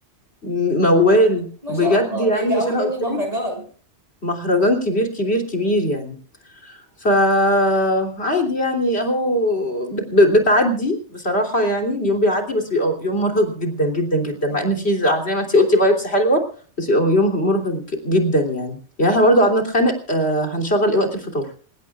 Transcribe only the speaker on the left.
م- موال
بجد
يعني
مش
انا
قلت
لك مهرجان كبير كبير كبير يعني فعادي يعني اهو بت- ب- بتعدي بصراحة يعني اليوم بيعدي بس بيبقى يوم مرهق جدا جدا جدا
مع ان في ز- زي ما انتي قلتي فايبس حلوة بس بيبقى يوم
مرهق جدا يعني يعني احنا برضو قعدنا نتخانق آه هنشغل ايه وقت الفطار